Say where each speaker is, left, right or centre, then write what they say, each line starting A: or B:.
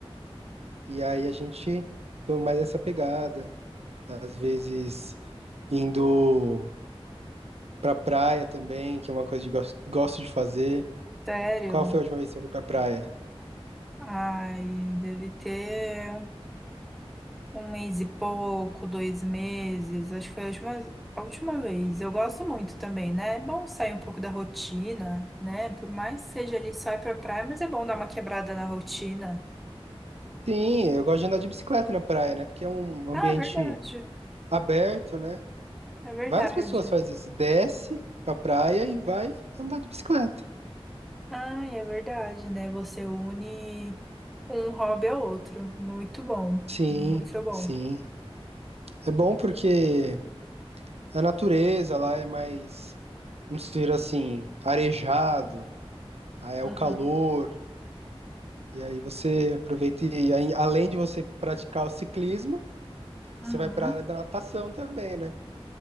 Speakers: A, on the right; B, in the centre.
A: E aí a gente toma mais essa pegada. Às vezes indo pra praia também, que é uma coisa que gosto, gosto de fazer.
B: Sério?
A: Qual foi a última vez que você foi pra praia?
B: Ai, deve ter. Um mês e pouco, dois meses, acho que foi a última, a última vez. Eu gosto muito também, né? É bom sair um pouco da rotina, né? Por mais que seja ali só ir pra praia, mas é bom dar uma quebrada na rotina.
A: Sim, eu gosto de andar de bicicleta na praia, né? Porque é um ambiente
B: Ah, é verdade.
A: aberto, né?
B: É verdade.
A: Várias pessoas fazem isso. Desce pra praia e vai andar de bicicleta.
B: Ai, é verdade, né? Você une um hobby ao outro. Muito bom.
A: Sim,
B: Muito bom.
A: sim. É bom porque A natureza lá é mais, vamos dizer assim, arejado, aí é
B: Uhum.
A: o calor, e aí você aproveita e aí, além de você praticar o ciclismo,
B: Uhum.
A: você vai para a área da natação também, né?